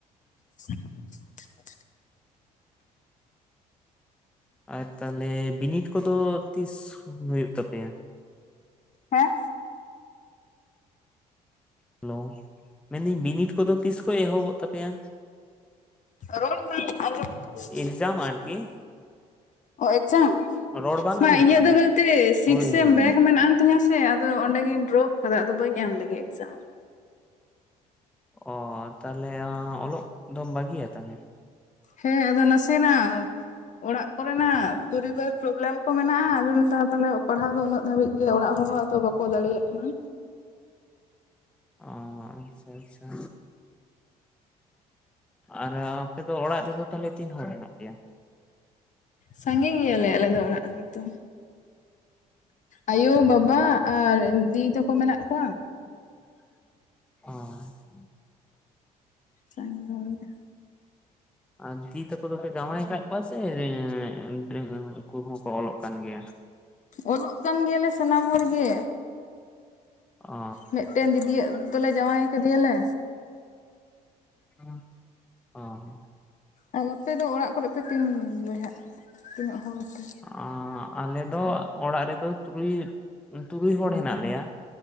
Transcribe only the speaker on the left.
<inaudible>
ᱦᱮᱸ
ᱨᱚᱲ ᱵᱟᱝ ᱟᱸᱡᱚᱢᱚᱜ ᱠᱟᱱᱟ
ᱯᱩ
ᱚ ᱮᱠᱡᱟᱢ
ᱢᱟ
ᱤᱧᱟᱹᱜ
ᱫᱚ ᱵᱚᱞᱛᱮ ᱥᱤᱠᱥᱮᱢ
ᱵᱮᱠ ᱢᱮᱱᱟᱜᱼᱟ ᱛᱤᱧᱟᱹ ᱥᱮ ᱟᱫᱚ ᱚᱸᱰᱮᱜᱤᱧ ᱰᱨᱚᱯ ᱠᱟᱫᱟ ᱟᱫᱚ ᱵᱟᱹᱧ ᱮᱢ ᱞᱮᱜᱮ ᱮᱠᱡᱟᱢ᱾
ᱦᱮᱸ ᱟᱫᱚ ᱱᱟᱥᱮᱱᱟᱜ ᱚᱲᱟᱜ ᱠᱚᱨᱮᱱᱟᱜ ᱯᱚᱨᱤᱵᱟᱨ ᱯᱳᱨᱚᱵᱮᱞᱮᱢ ᱠᱚ ᱢᱮᱱᱟᱜᱼᱟ, ᱟᱫᱚ ᱞᱟᱹᱭ ᱫᱟ ᱛᱟᱞᱦᱮ ᱯᱟᱲᱦᱟᱣ ᱫᱚ ᱩᱱᱟᱹᱜ ᱫᱷᱟᱹᱵᱤᱡ ᱜᱮ ᱚᱲᱟᱜ ᱦᱚᱲ ᱦᱚᱸ ᱟᱫᱚ ᱵᱟᱠᱚ ᱫᱟᱲᱮᱭᱟᱼᱜ ᱠᱟᱱᱟ᱾
ᱥᱟᱜᱮ ᱜᱮᱭᱟᱞᱮ ᱟᱞᱮ ᱫᱚ ᱚᱲᱟᱜ ᱦᱚᱲ ᱫᱚ ᱟᱭᱳ ᱵᱟᱵᱟ ᱟᱨ ᱫᱤᱫᱤ ᱛᱟᱠᱚ ᱢᱮᱱᱟᱜ ᱠᱚᱣᱟ᱾
ᱥᱟᱜᱮ ᱜᱮᱭᱟᱞᱮ᱾
ᱚᱞᱚᱜ ᱠᱟᱱ ᱜᱮᱭᱟᱞᱮ ᱥᱟᱱᱟᱢ ᱦᱚᱲᱜᱮ
ᱢᱤᱫᱴᱮᱱ ᱫᱤᱫᱤᱭᱟᱜ ᱫᱚᱞᱮ ᱡᱟᱶᱟᱭ ᱠᱮᱫᱮᱭᱟᱞᱮ᱾
ᱟᱨ ᱟᱯᱮ ᱫᱚ ᱚᱲᱟᱜ ᱠᱚᱨᱮ ᱯᱮ ᱛᱤᱱ ᱵᱚᱭᱦᱟᱜ ᱛᱤᱱᱟᱹᱜ ᱦᱚᱲᱟᱯᱮ?